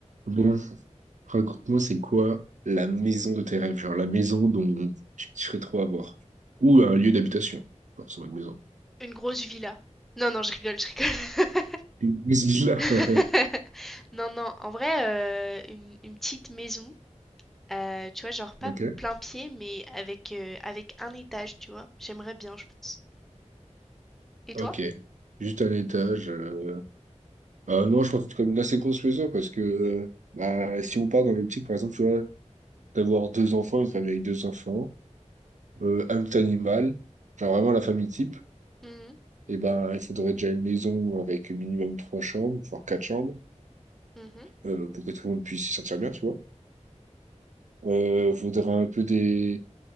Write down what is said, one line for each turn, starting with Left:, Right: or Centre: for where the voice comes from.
Right: Bon, raconte-moi, c'est quoi la maison de tes rêves? Genre la maison dont tu kifferais trop avoir. Ou un lieu d'habitation. Enfin, c'est pas une maison.
Centre: Une grosse villa. Non, non, je rigole, je rigole.
Right: Une maison là.
Centre: <laughs>
Right: <laughs>
Centre: Non, non, en vrai, euh, une, une petite maison, euh, tu vois, genre pas
Right: Ok.
Centre: plein pied, mais avec, euh, avec un étage, tu vois. J'aimerais bien, je pense. Et
Right: Ok.
Centre: toi?
Right: Juste un étage. euh. Ah non, je pense que c'est comme une assez grosse maison parce que euh, bah, si on part dans l'optique, par exemple, tu vois, d'avoir deux enfants, une famille avec deux enfants, euh, un petit animal, genre vraiment la famille type,
Centre: Mhm,
Right: et ben il faudrait déjà une maison avec minimum trois chambres, voire quatre chambres,
Centre: mhm.
Right: euh, pour que tout le monde puisse s'y sentir bien, tu vois. Euh, faudrait un peu des...